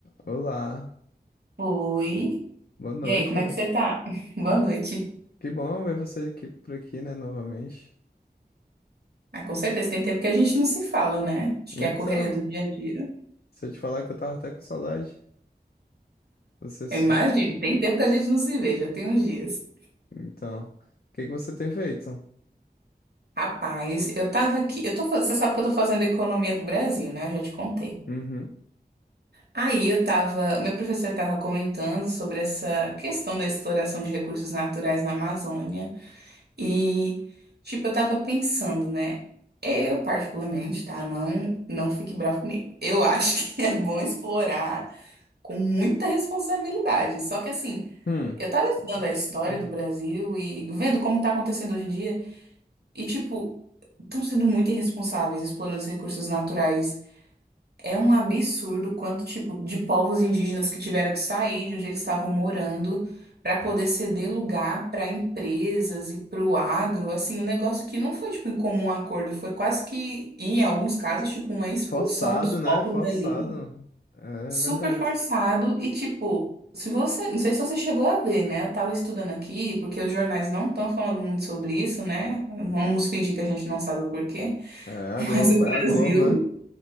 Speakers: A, on the left (about 65°); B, on the right (about 75°).
A: Olá,
B: Oi.
A: boa noite.
B: E aí, como é que você tá? <laughs> Boa noite.
A: Que bom ver você aqui por aqui, né, novamente.
B: Ah, com certeza, tem tempo que a gente não se fala, né? Acho
A: Então,
B: que é a correria do dia a dia.
A: se eu te falar que eu tava até com saudade, você some.
B: Eu imagino, tem tempo que a gente não se vê, já tem uns dias.
A: Então, o que que você tem feito?
B: Rapaz, eu tava aqui, eu tô, faz- você sabe que eu tô fazendo economia do Brasil, né? Eu já te contei.
A: Uhum.
B: Aí eu tava, meu professor tava comentando sobre essa questão da exploração de recursos naturais na Amazônia. E, tipo, eu tava pensando, né? Eu, particularmente, tá? Não, não fique bravo comigo. Eu acho <laughs> que é bom explorar com muita responsabilidade. Só que, assim,
A: Hum.
B: eu tava estudando a história
A: Hum.
B: do Brasil e vendo como tá acontecendo hoje em dia. E, tipo, estão sendo muito irresponsáveis explorando os recursos naturais é um absurdo o quanto tipo de povos indígenas que tiveram que sair de onde eles estavam morando para poder ceder lugar para empresas e para o agro, assim, um negócio que não foi tipo em comum acordo, foi quase que em alguns casos tipo uma expulsão
A: Forçado,
B: dos povos
A: né? Forçado.
B: dali,
A: É
B: super
A: verdade.
B: forçado e tipo, se você, não sei se você chegou a ver, né? Eu tava estudando aqui porque os jornais não estão falando muito sobre isso, né? Vamos fingir que a gente não sabe o porquê,
A: É a
B: <laughs> mas
A: Globo,
B: o Brasil
A: é a Globo, né?